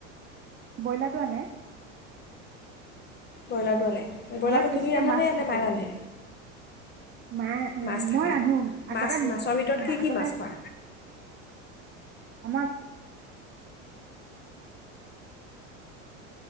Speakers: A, on the right; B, on the left.
A: ব্ৰইলাৰটো আনে।
B: ব্ৰইলাৰটো আনে ব্ৰইলাৰটো
A: ঘৰত বেছিকে
B: তুমি ৰান্ধানে
A: মাছ থাকে।
B: নে মায়ে ৰান্ধে
A: মায়ে এ,
B: মাছ থাকে
A: মই ৰান্ধো
B: মাছ
A: আগতে
B: মাছৰ ভিতৰত
A: অঁ,
B: কি কি
A: আগতে
B: মাছ খোৱা
A: আমাৰ